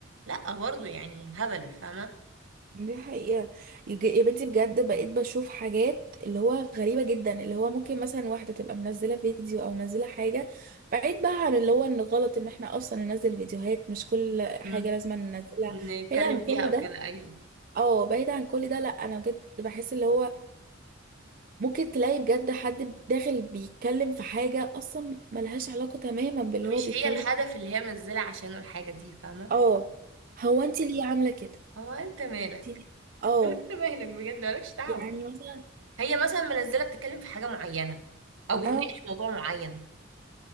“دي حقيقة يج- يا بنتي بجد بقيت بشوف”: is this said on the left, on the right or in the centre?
Right